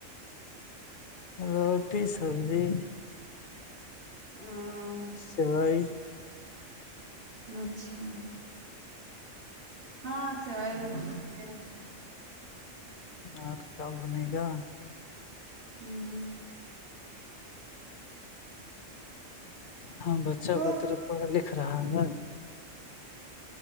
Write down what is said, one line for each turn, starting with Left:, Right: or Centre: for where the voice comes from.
Left: روٹی سبزی
Right: ہ
Left: سوائی
Right: اچھا ہاں سوائے روٹی رہتا ہے
Left: اور کیا بنے گا
Right: ہوں
Left: ہاں بچہ
Right: ہوں
Left: بتر پڑھ لکھ رہا ہے